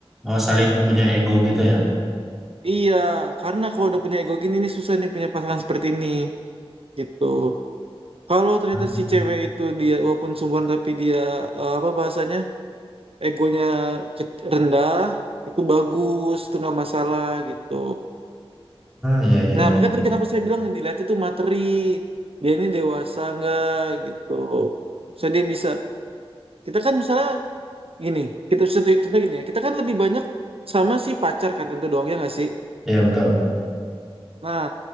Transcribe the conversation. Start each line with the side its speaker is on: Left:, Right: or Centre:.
Centre: oh saling punya ego gitu ya?
Right: Iya, karena kalau udah punya ego gini nih susah nih punya pasangan seperti ini gitu. Kalau ternyata
Centre: Hmm,
Right: si cewek itu dia walaupun sungguhan tapi dia eh, apa bahasanya egonya ke- rendah itu bagus itu nggak masalah gitu.
Centre: iya iya
Right: Nah makanya
Centre: iya,
Right: tadi kenapa saya bilang yang dilihat itu materi dia ini dewasa nggak gitu. Saya dia bisa kita kan misalnya gini kita contoh contoh gini ya kita kan lebih banyak sama si pacar kan tentu doang ya nggak sih?
Centre: Iya, betul.
Right: Nah,